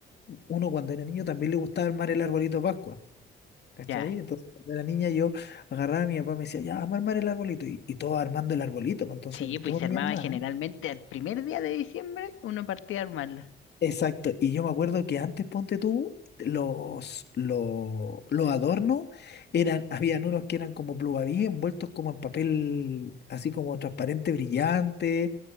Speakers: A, on the left (about 55°); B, on the left (about 80°).
A: uno cuando era niño también le gustaba armar el arbolito de Pascua. ¿Cachai?
B: Ya.
A: Entonces cuando era niña yo agarraba a mi papá me decía, ya, vamos a armar el arbolito. Y, y todos armando el arbolito. pues, Entonces
B: Sí, pues
A: todos
B: se
A: mis
B: armaba
A: hermanos.
B: generalmente al primer día de diciembre, uno partía a armarlo.
A: Exacto, y yo me acuerdo que antes, ponte tú, los, lo- los, adornos eran, habían unos que eran como pluvaví envueltos como en papel así como transparente brillante,